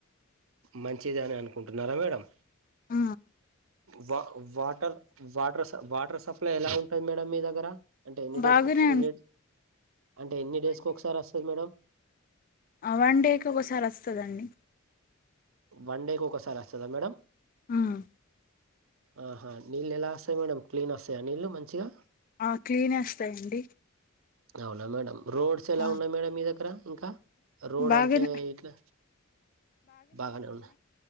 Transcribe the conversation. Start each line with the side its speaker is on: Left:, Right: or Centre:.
Right: మంచిదనే అని అనుకుంటున్నారా మేడం
Left: ఆ
Right: వా వాటర్ వాటర్ వాటర్ సప్లై ఎలా ఉంటది మేడం మీ దగ్గర అంటే ఎన్ని
Left: బాగానే
Right: డేస్కి ఒకసారి
Left: ఉం
Right: ఎన్ని అంటే ఎన్ని డేస్కి ఒకసారి వస్తది మేడం
Left: ఆ వన్డేకి ఒకసారి వస్తుందండి
Right: వన్ డేకి ఒకసారి వస్తుందా మేడం
Left: ఉమ్
Right: ఆహా నీళ్లు ఎలా వస్తాయి మేడం క్లీన్ వస్తాయా నీళ్లు మంచిగా
Left: ఆ క్లీన్ వస్తాయండి
Right: అవునా మేడం రోడ్స్ ఎలా
Left: ఆ,
Right: ఉన్నాయి మేడం మీ దగ్గర ఇంకా రోడ్
Left: బాగానే
Right: అంటే ఇట్లా బాగానే ఉన్నా